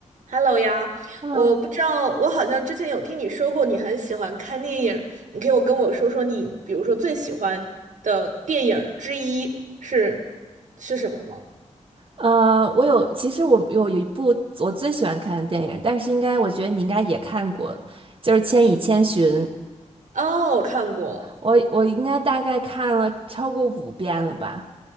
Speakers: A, on the right; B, on the right.
A: Hello 呀，
B: Hello，
A: 我不知道，我好像之前有听你说过你很喜欢看电影儿你可以我跟我说说你，比如说最喜欢的电影儿之一是是什么吗？
B: 呃，我有，其实我有有一部我最喜欢看的电影，但是应该我觉得你应该也看过，就是《千与千寻》，
A: 哦，我看过，
B: 我我应该大概看了超过五遍了吧。